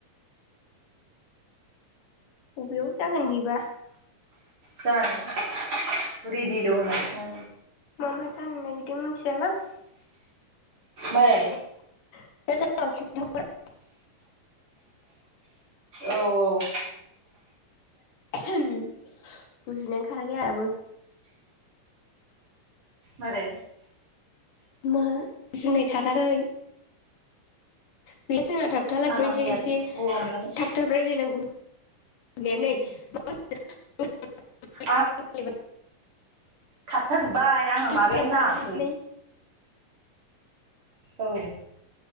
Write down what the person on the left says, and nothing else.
बबेयाव जागोन बिबा?
मा मा जानो नागिरदों मिथियालां?
<unintelligible>
गुजुनायानो खाराखै आंहाबो।
मा? जुनाय खाराखै। बे जोंना थाबथा लायबायसै
एसे
थाब थाब रायलायनांगौ। <unintelligible>
बोरैबा
दसे
राव
खालामनानै